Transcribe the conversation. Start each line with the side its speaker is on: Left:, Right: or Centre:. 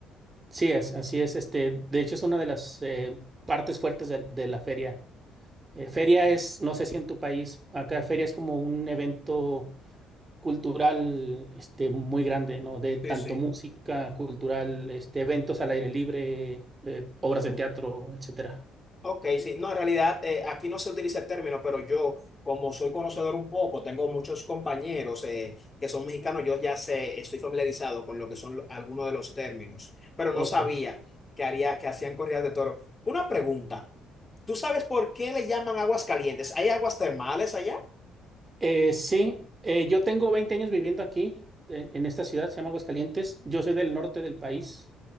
Right: Sí, as- así es. Este, de hecho, es una de las eh, partes fuertes de, de la feria. Eh, feria
Left: Ok.
Right: es, no sé si en tu país, acá feria es como un evento cultural este, muy grande, ¿no? De tanto
Left: Sí, sí.
Right: música cultural, este, eventos al aire libre, eh, obras de teatro, etcétera.
Left: Ok, sí. No, en realidad eh, aquí no se utiliza el término, pero yo, como soy conocedor un poco, tengo muchos compañeros eh, que son mexicanos, yo ya sé, estoy familiarizado con lo que son lo- algunos de los términos, pero
Right: Ok.
Left: no sabía que haría, que hacían corridas de toro. Una pregunta. ¿Tú sabes por qué le llaman aguas calientes? ¿Hay aguas termales allá?
Right: Eh, sí, eh, yo tengo 20 años viviendo aquí, en, en esta ciudad, se llama Aguascalientes. Yo soy del norte del país,